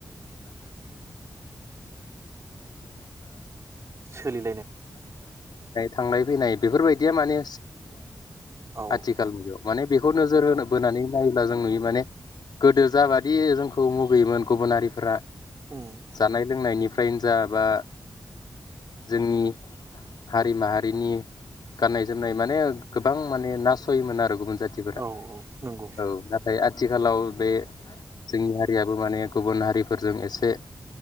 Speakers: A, on the right (about 40°); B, on the left (about 80°).
A: सोलि
B: थांनाय फैनाय बेफोरबायदिया माने
A: औ
B: आथिखाल
A: औ
B: मुगायाव माने बेखौ नोजोर होनो बोनानै नाय दा जों नुयो माने गोदो जाबादि जोंखौ मुगैयोमोन गुबुन हारिफोरा
A: उम
B: जानाय लोंनायनि फ्रायनो जाबा जोंनि हारि माहारिनि गाननाय जोमनाय माने गोबां माने नासयोमोन आरो गुबुन जाथि जाथिफोरा
A: औ औ नंगौ
B: औ नाथाय आथिखालाव बे जोंनि हारियाबो माने गुबुन हारिफोरजों एसे